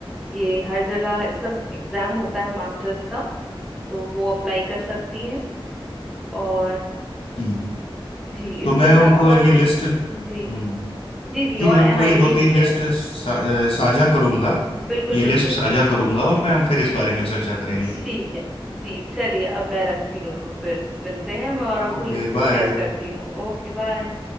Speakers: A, in the centre; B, on the left.
A: ये हर जगह इसका एग्जाम होता है मास्टर्स का तो वो अप्लाई कर सकती हैं और
B: जी
A: जी इसके
B: तो मैं
A: साथ
B: उनको
A: साथ
B: ये लिस्ट हम्म
A: जी जी जी
B: जी मैं
A: और एनआईडी
B: उनको ये दो
A: भी
B: तीन
A: है
B: लिस्ट सा, अ, साझा करूंगा
A: बिल्कुल
B: ये लिस्ट
A: बिल्कुल
B: साझा करूंगा और मैं हम फिर इस बारे में चर्चा करेंगे
A: ठीक है जी चलिए अब मैं रखती हूँ तो फिर मिलते हैं मैं और आपको
B: Okay
A: लिस्ट शेयर
B: bye
A: करती हूँ Okay bye